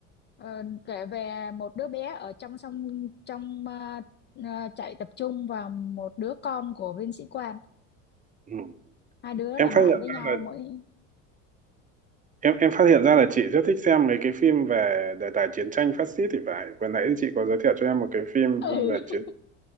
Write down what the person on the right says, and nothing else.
Ừ.
Em
phát
hiện
ra
là
em em phát hiện ra là chị rất thích xem mấy cái phim về đề tài chiến tranh phát xít thì phải. Vừa nãy chị có giới thiệu cho em một cái phim
về chiến